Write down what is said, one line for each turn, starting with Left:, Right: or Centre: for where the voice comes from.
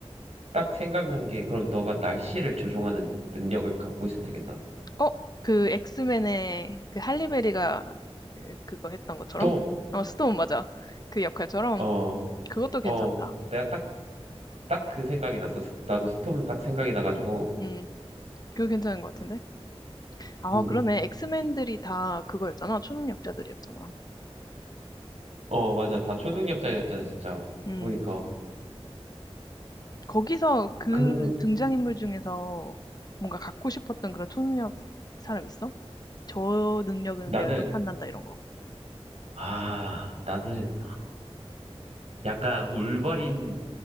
Right: 딱 생각난 게 그럼 너가 날씨를 조종하는 능력을 갖고 있으면 되겠다.
Left: 어, 그 엑스맨의 그 할리베리가 그거 했던 것처럼?
Right: 스톰,
Left: 어, 스톤 맞아. 그 역할처럼.
Right: 어,
Left: 그것도 괜찮다.
Right: 어, 내가 딱, 딱 그 생각이 났어. 나도 스톰은 딱 생각이 나가지고,
Left: 음, 그거 괜찮은 것 같은데? 아,
Right: 음.
Left: 그러네. 엑스맨들이 다 그거였잖아. 초능력자들이었잖아.
Right: 어, 맞아. 다 초능력자였잖아, 진짜.
Left: 음.
Right: 보니까.
Left: 거기서 그
Right: 그,
Left: 등장인물 중에서 뭔가 갖고 싶었던 그런 초능력 사람 있어? 저 능력은
Right: 나는,
Left: 내가 좀 탐난다 이런 거.
Right: 아, 나는 약간 울버린